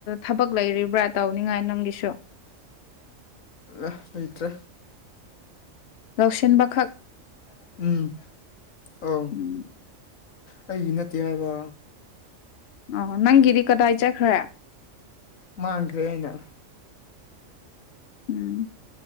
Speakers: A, on the left; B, on the left.
A: ꯊꯕꯛ ꯂꯩꯔꯤꯕ꯭ꯔꯥ ꯇꯧꯅꯤꯡꯉꯥꯏ ꯅꯪꯒꯤꯁꯨ
B: ꯑ ꯂꯩꯇ꯭ꯔꯦ꯫
A: ꯂꯧꯁꯤꯟꯕꯈꯛ
B: ꯎꯝ ꯑꯧ
A: ꯎꯝ
B: ꯑꯩꯒꯤ ꯅꯠꯇꯦ ꯍꯥꯏꯕ꯫
A: ꯑꯣ ꯅꯪꯒꯤꯗꯤ ꯀꯗꯥꯏ ꯆꯠꯈ꯭ꯔꯦ
B: ꯃꯥꯡꯈ꯭ꯔꯦ ꯍꯥꯏꯅ
A: ꯎꯝ꯫